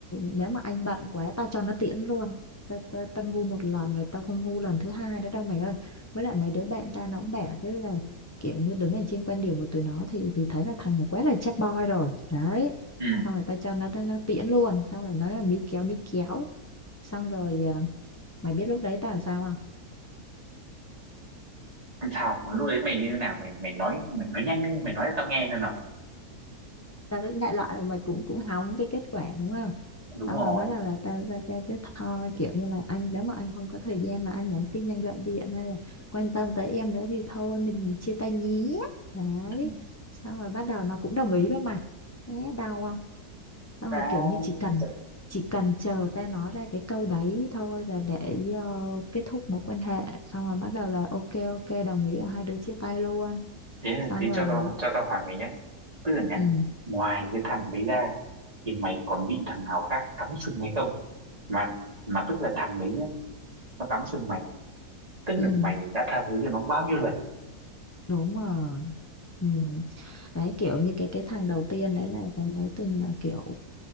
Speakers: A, on the left (about 15°); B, on the right (about 25°).
A: nếu mà anh bận quá tao cho nó tiễn luôn tao, tao, tao ngu một lần rồi tao không ngu lần thứ hai nữa đâu mày ơi với lại mấy đứa bạn tao nó cũng bảo chứ là kiểu như đứng ở trên quan điểm của tụi nó thì thì thấy là thằng này quá là chap boy rồi đấy
B: ừ
A: xong rồi tao cho nó nó, nó tiễn luôn xong rồi nó là níu kéo níu kéo xong rồi ờ, mày biết lúc đấy tao làm sao không
B: Sao lúc đấy mày như thế nào mày mày nói mày nói nhanh lên mày nói cho tao nghe xem nào
A: ta đến đại loại là mày cũng cũng hỏng cái kết quả đúng không
B: đúng
A: xong
B: rồi
A: rồi bắt đầu là ta ra kêu chứ thôi kiểu như là anh nếu mà anh không có thời gian mà anh nhắn tin anh gọi điện hay là quan tâm tới em nữa thì thôi mình chia tay nhé đấy
B: ừ.
A: xong rồi bắt đầu nó cũng đồng ý luôn mày thế đau không xong
B: Tao-
A: rồi kiểu như chỉ cần chỉ cần chờ ta nói ra cái câu đấy thôi là để ờ, kết thúc mối quan hệ xong rồi bắt đầu là ok ok đồng ý là hai đứa chia tay luôn
B: thế là-
A: xong
B: thế cho
A: rồi
B: tao cho tao hỏi mày nhé tức là nhé
A: ừ
B: ngoài cái thằng đấy ra thì mày còn bị thằng nào khác cắm sừng hay không mà mà tức là thằng đấy nhé nó cắm sừng mày tức là
A: ừ
B: mày đã tha thứ cho nó bao nhiêu lần
A: đúng rồi ừ. đấy kiểu như cái cái thằng đầu tiên đấy là cái mối tình mà kiểu